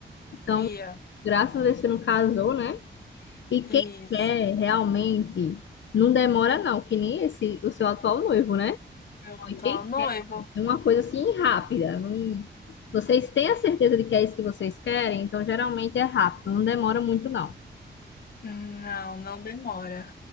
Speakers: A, on the left; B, on the left.
A: Então,
B: Bia,
A: graças a Deus você não casou, né? E
B: isso.
A: quem quer realmente não demora não, que nem esse o seu atual noivo, né?
B: Meu atual
A: Mas Quem
B: noivo?
A: quer é uma coisa assim rápida. Não... Vocês têm a certeza de que é isso que vocês querem, então geralmente é rápido, não demora muito não.
B: Não, não demora.